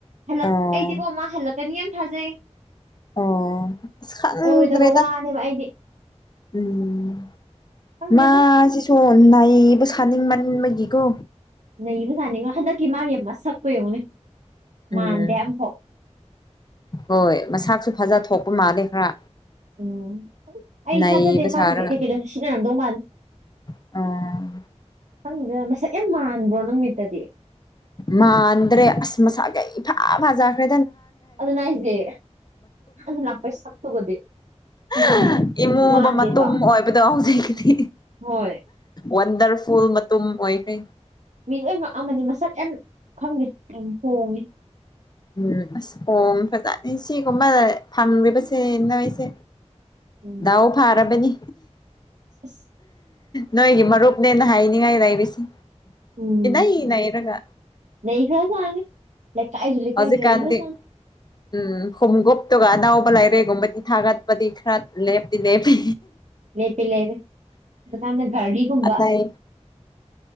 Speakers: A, on the right; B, on the left.
A: ꯍꯜꯂꯛ
B: ꯑꯣ
A: ꯑꯩꯗꯤꯀꯣ ꯃꯥ ꯍꯜꯂꯛꯀꯅꯤ ꯌꯥꯝ ꯊꯥꯖꯩ
B: ꯑꯣ ꯑꯁ ꯈꯪꯗ꯭ꯔꯦꯗ
A: ꯑꯣꯏꯔꯣꯏꯗꯕ ꯋꯥꯅꯦꯕ ꯑꯩꯗꯤ
B: ꯎꯝ
A: ꯈꯪꯗꯦꯗ
B: ꯃꯥꯁꯤꯁꯣ ꯅꯩꯕ ꯁꯥꯅꯤꯡ ꯃꯟ ꯕꯒꯤꯀꯣ
A: ꯅꯩꯕ ꯁꯥꯅꯤꯡꯅ ꯍꯟꯗꯛꯀꯤ ꯃꯥꯒꯤ ꯃꯁꯛꯄ ꯌꯦꯡꯉꯨꯅꯦ
B: ꯎꯝ
A: ꯃꯥꯟꯗꯦ ꯑꯃꯐꯥꯎ
B: ꯍꯣꯏ ꯃꯁꯥꯛꯁꯨ ꯐꯖ ꯊꯣꯛꯄ ꯃꯥꯂꯦ ꯈꯔ
A: ꯎꯝ ꯑꯩ
B: ꯅꯩꯕ
A: ꯊꯖꯗꯦ ꯃꯥ
B: ꯁꯥꯔꯒ
A: ꯀꯩꯀꯩꯅꯣ ꯁꯤꯖꯤꯟꯅꯔꯝꯗꯧꯕ ꯃꯜꯂꯤ
B: ꯑꯣ
A: ꯈꯪꯗꯦ ꯃꯁꯛ ꯌꯥꯝ ꯃꯥꯟꯕ꯭ꯔꯣ ꯅꯪ ꯃꯤꯠꯇꯗꯤ
B: ꯃꯥꯗ꯭ꯟꯔꯦ ꯑꯁ ꯃꯁꯥꯒ ꯏ ꯐꯥ ꯐꯖꯥ꯭ꯔꯦ
A: ꯑꯗꯨꯅ ꯑꯩꯁꯦ ꯑꯗꯨ ꯂꯥꯛꯄꯩ ꯁꯛꯇꯨꯒꯗꯤ ꯑꯗꯨꯅꯦ
B: <unintelligible> ꯏꯃꯣꯕ
A: ꯃꯥꯟꯗꯦꯕ
B: ꯃꯇꯨꯝ ꯑꯣꯏꯕꯗꯣ ꯍꯧꯖꯀꯤꯗꯤ
A: ꯍꯣꯏ
B: ꯋꯥꯟꯗꯔꯐꯨꯜ ꯃꯇꯨꯝ ꯑꯣꯏꯈꯔꯦ
A: ꯃꯤ ꯂꯣꯏ ꯉꯛꯑꯝꯂꯅꯤ ꯃꯁꯛ ꯌꯥꯝ ꯈꯪꯗꯦ ꯌꯥꯝ ꯍꯣꯡꯉꯦ
B: ꯎꯝ ꯑꯁ <unintelligible> ꯁꯤꯒꯨꯝꯕ ꯊꯕꯁꯦ ꯅꯣꯏꯁꯦ
A: ꯎꯝ
B: ꯗꯥꯎ ꯐꯥꯔꯕꯅꯤ
A: ꯑꯁ
B: ꯅꯣꯏꯒꯤ ꯃꯔꯨꯞ ꯅꯦꯅ ꯍꯥꯏꯅꯤꯉꯥꯏ ꯂꯩꯔꯤꯁꯦ
A: ꯎꯝ
B: ꯏꯅꯩ ꯅꯩꯔꯒ
A: ꯅꯩꯈ꯭ꯔꯖꯥꯠꯅꯤ ꯂꯩꯀꯥꯏꯁꯨ ꯂꯩ
B: ꯍꯧꯖꯤꯛꯀꯥꯟꯗꯤ
A: ꯀꯥꯏ ꯅꯩ ꯈ꯭ꯔ ꯖꯥꯠꯅꯤ
B: ꯎꯝ ꯈꯣꯡꯉꯨꯞꯇꯨꯒ ꯑꯅꯥꯎꯕ ꯂꯥꯏꯔꯦꯒꯨꯝꯕꯗꯤ ꯊꯥꯒꯠꯄꯗꯤ ꯈꯔ ꯂꯦꯞꯇꯤ ꯂꯦꯞꯄꯤ
A: ꯂꯦꯞꯄꯦ ꯂꯦꯞꯄꯦ ꯍꯧꯖꯤꯛꯀꯥꯟꯅ ꯒꯥꯔꯤꯒꯨꯝꯕ
B: ꯑꯇꯩ